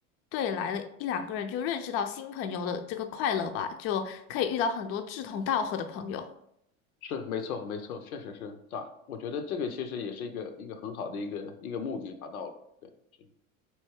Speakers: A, on the left (about 35°); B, on the left (about 80°).
A: 队来了一两个人就认识到新朋友的这个快乐吧，就可以遇到很多志同道合的朋友。
B: 是，没错，没错，确实是达，我觉得这个其实也是一个一个很好的一个一个目的达到了，对。是